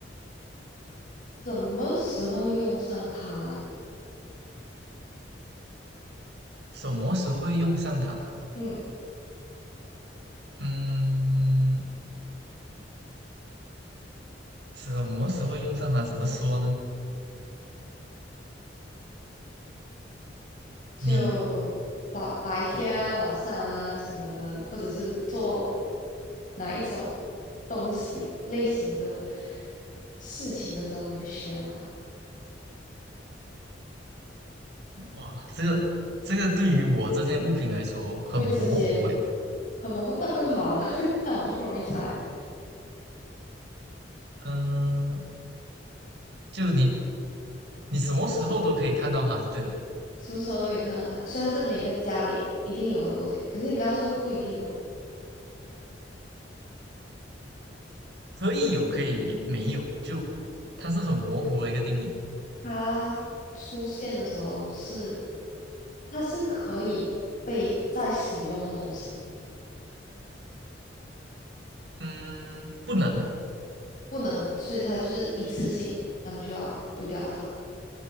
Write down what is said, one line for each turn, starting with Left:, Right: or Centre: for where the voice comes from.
Left: 什么时候会用上它呢
Right: 什么时候会用上它？
Left: 嗯，
Right: 嗯，什么时候用上它？怎么说呢？
Left: 就白白天啊、
Right: 你
Left: 晚上啊什么的，或者是做哪一种东西类型的事情的时候，你会需要它，
Right: 哇，这个这个对于我这件物品来说哦很模糊诶。
Left: 会直接很模糊，那更好啊，<laughs> 那我就不容易猜，
Right: 嗯、就你你什么时候都可以看到它就对了，
Left: 什么时候都可以看到它，所以它是每个家里一定有的东西。可是你刚刚说不一定有，
Right: 可以有，可以没有，就它是很模糊的一个定义。
Left: 它出现的时候是，它是可以被再使用的东西吗？
Right: 嗯，不能，
Left: 不能，所以它就是一次性，那就要丢掉它。